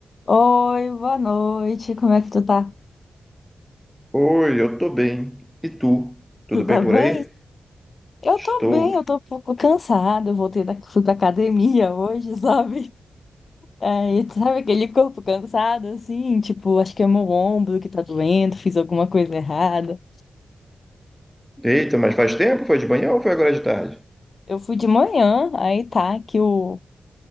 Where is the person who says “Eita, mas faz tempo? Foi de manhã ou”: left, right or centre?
Centre